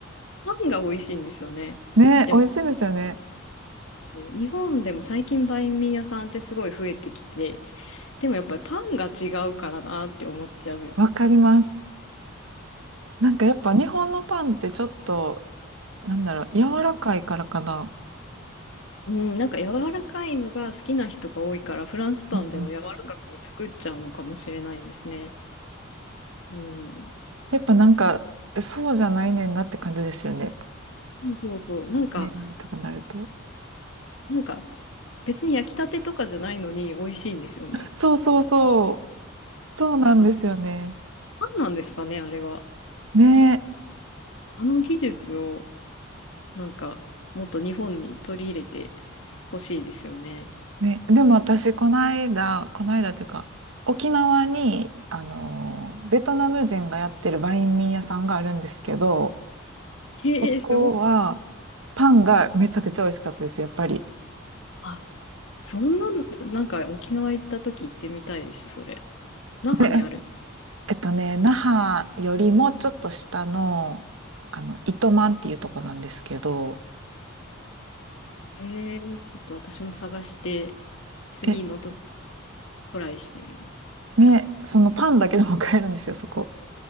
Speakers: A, on the left (about 65°); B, on the right (about 75°).
A: パンが美味しいんですよね。
B: <laughs> ね、
A: やっぱ
B: 美味しいですよね。
A: そうそう。日本でも最近バインミー屋さんってすごい増えてきて、でもやっぱりパンが違うからなって思っちゃう。
B: わかります。なんかやっぱ日本のパンってちょっと、なんだろう、柔らかいからかな。
A: うん、なんか柔らかいのが好きな人が多いから、フランスパンでは柔らかく作っちゃうのかもしれないですね。
B: うんうん
A: うん。
B: やっぱなんか、そうじゃないねんなって感じですよね。
A: そうそうそう。なんか、
B: バインミーとかなると。
A: なんか別に焼きたてとかじゃないのに美味しいんですよね。
B: そうそうそう。
A: そう、
B: そうなんですよね。
A: だからパンなんですかね、あれは。
B: ね
A: あの技術を。なんか、もっと日本に取り入れてほしいですよね。
B: え。ね。でも私、この間、この間っていうか、沖縄に、あの、ベトナム人がやってるバインミー屋さんがあるんですけど、
A: へえ、
B: そこは、
A: すごい。
B: パンがめちゃくちゃ美味しかったです、やっぱり。
A: あ、そんな、なんか沖縄行った時行ってみたいです、それ。那覇にある。
B: ねえっとね、那覇よりもちょっと下の、あの、糸満っていうとこなんですけど、
A: へえ、ちょっと私も探して、次のと
B: え、
A: トライしてみます。
B: ね、そのパンだけでも買えるんですよ、そこ。